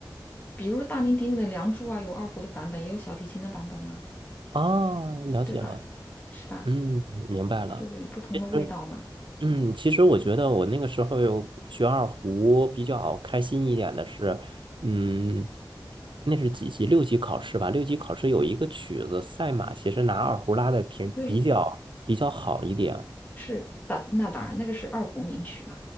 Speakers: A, on the left; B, on the right.
A: 比如说大名鼎鼎的《梁祝》啊，有二胡的版本，也有小提琴的版本啊，
B: 啊，了解了，
A: 对吧？是吧？
B: 嗯，明白了。
A: 就有不同的味道嘛。
B: 其实嗯，其实我觉得我那个时候有学二胡比较开心一点的是，嗯，那是几级？六级考试吧。六级考试有一个曲子《赛马》，其实拿二胡拉的挺比较比较好一点。
A: 对，是当那当然，那个是二胡名曲嘛。